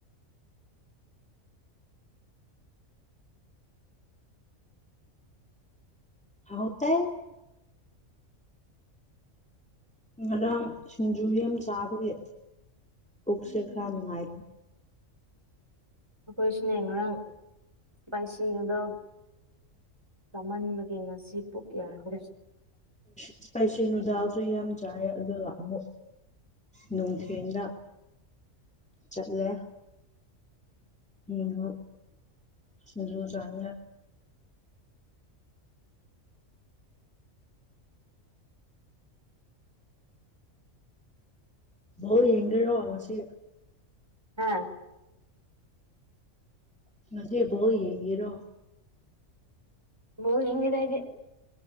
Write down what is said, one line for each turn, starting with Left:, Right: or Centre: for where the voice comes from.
Centre: ꯋꯥꯎꯇꯦ ꯉꯔꯥꯡ ꯁꯤꯡꯖꯨ ꯌꯥꯝ ꯆꯥꯕꯒꯤ ꯄꯨꯛꯁꯦ
Right: ꯎꯝ
Centre: ꯈꯔ ꯅꯨꯡꯉꯥꯏ
Right: ꯑꯩꯈꯣꯏꯁꯨꯅꯦ ꯉꯔꯥꯡ ꯏꯁꯄꯥꯏꯁꯤꯒꯗꯣ ꯆꯃꯟꯕꯒꯤ ꯉꯁꯤ ꯄꯨꯛ ꯌꯥꯗ꯭ꯔꯦ
Centre: ꯏꯁꯄꯥꯏꯁꯤ ꯅꯨꯗꯥꯜꯁꯨ ꯌꯥꯝ ꯆꯥꯏ ꯑꯗꯨ ꯂꯥꯛꯑꯃꯨ ꯅꯨꯡꯊꯤꯟꯗ ꯆꯠꯂꯦ <unintelligible> ꯁꯤꯡꯖꯨ ꯆꯥꯅꯤꯡꯉꯥꯏ ꯕꯣꯜ ꯌꯦꯡꯒꯦꯔꯣ ꯉꯁꯤ
Right: ꯍꯥꯥ
Centre: ꯉꯁꯝ ꯕꯣꯜ ꯌꯦꯡꯒꯦꯔꯣ
Right: ꯕꯣꯜ ꯌꯦꯡꯗꯦꯗ ꯑꯩꯗꯤ